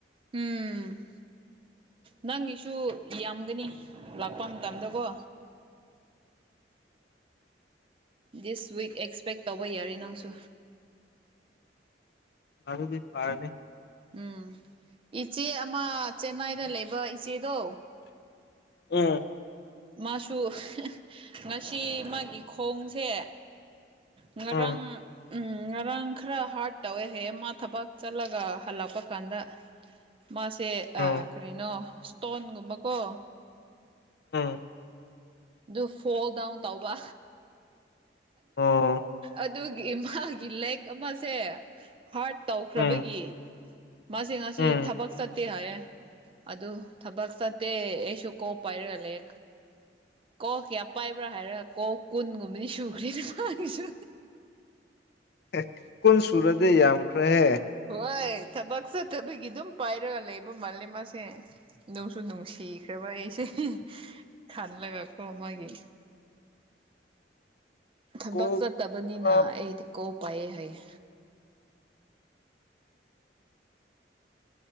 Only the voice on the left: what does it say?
ꯑꯗꯨꯗꯤ ꯐꯥꯔꯅꯤ
ꯎꯝ
ꯎꯝ
ꯎꯝ
ꯎꯝ
ꯑꯣ
ꯎꯝ
ꯎꯝ
ꯑ‌ꯦ ꯀꯨꯟ ꯁꯨꯔꯗꯤ ꯌꯥꯝꯈ꯭ꯔꯦ ꯍꯦ
ꯀꯣꯜ
ꯇꯔꯥ